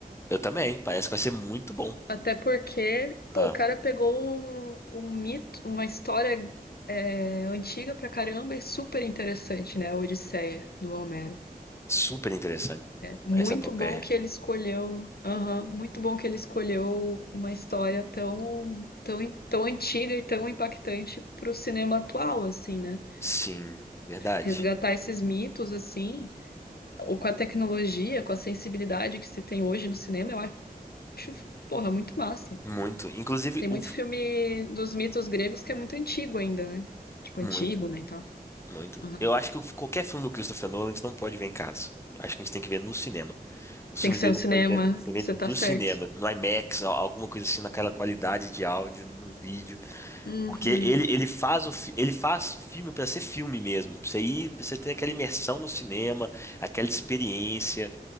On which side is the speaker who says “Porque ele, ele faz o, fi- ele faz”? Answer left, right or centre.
Left